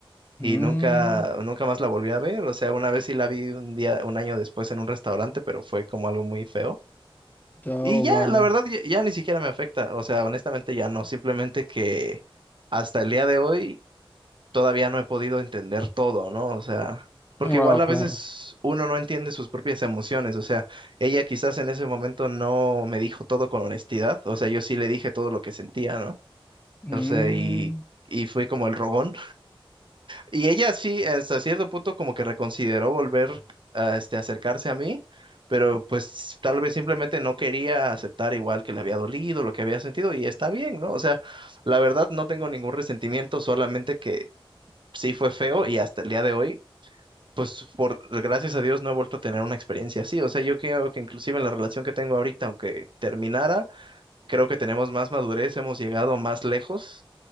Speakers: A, on the left; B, on the right.
A: Mm,
B: y nunca nunca más la volví a ver, o sea, una vez sí la vi un día un año después en un restaurante, pero fue como algo muy feo.
A: ya
B: Y
A: oh,
B: ya,
A: vaya.
B: la verdad ya, ya ni siquiera me afecta, o sea, honestamente ya no, simplemente que hasta el día de hoy todavía no he podido entender todo, ¿no? O sea, porque
A: Ah,
B: igual a
A: claro.
B: veces uno no entiende sus propias emociones, o sea, ella quizás en ese momento no me dijo todo con honestidad, o sea, yo sí le dije todo lo que sentía, ¿no?
A: Mm,
B: O sea, y, y fui como el rogón. Y ella sí, hasta cierto punto, como que reconsideró volver a este, acercarse a mí, pero pues tal vez simplemente no quería aceptar igual que le había dolido, lo que había sentido, y está bien, ¿no? O sea, la verdad no tengo ningún resentimiento, solamente que sí fue feo y hasta el día de hoy, pues por gracias a Dios no he vuelto a tener una experiencia así. O sea, yo creo que inclusive en la relación que tengo ahorita, aunque terminara, creo que tenemos más madurez, hemos llegado más lejos